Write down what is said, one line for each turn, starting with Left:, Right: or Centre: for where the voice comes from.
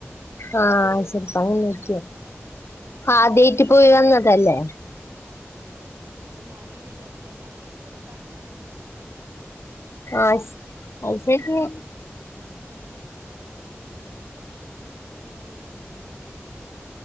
Left: ആഹ് ചെലപ്പ അങ്ങനേര്ക്കും
Right: ആഹ്
Left: ആദ്യയ്റ്റ് പോയി വന്നതല്ലേ
Right: ആഹ് അതായിരിക്കും അപ്പൊ ഞാനിങ്ങനെ വിചാരിക്കാ അല്ല അങ്ങനെ കൊട്ക്കാനും വണൊരു മനസ്
Left: ആഹ് അത് ശെര്യാ
Right: ഉം അങ്ങനെ പിന്നെ